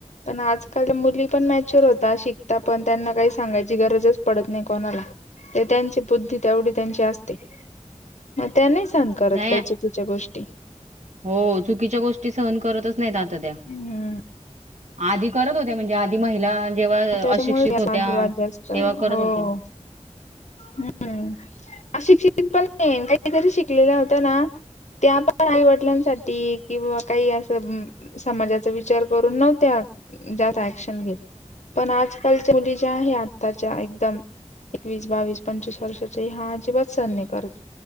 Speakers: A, on the left; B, on the right.
A: पण आजकाल मुली पण मॅच्युर होता शिकता पण त्यांना काही सांगायची गरजच पडत नाही कोणाला. ते त्यांची बुद्धी तेवढी त्यांची असते. मग त्या नाही सहन करत
B: नाही
A: काही चुकीच्या गोष्टी.
B: हो चुकीच्या गोष्टी सहन करतच नाहीत आता
A: हम्म
B: आधी करत होत्या म्हणजे आधी महि तला जेव्हा
A: त्याच्यामुळे
B: अशिक्षित होत्या
A: वादविवाद जास्त
B: तेव्हा करत
A: हो
B: होत्या.
A: हम्म अशिक्षित पण नाही काहीतरी शिकलेल्या होत्या ना त्या पण आईवडिलांसाठी किंवा काही असं समाजाचा विचार करून नव्हत्या जास्त ऍक्शन घेत पण आजकालच्या मुली ज्या आहेत आत्ताच्या एकदम एकवीस बावीस पंचवीस वर्षाचे हा अजिबात सहन नाही करत.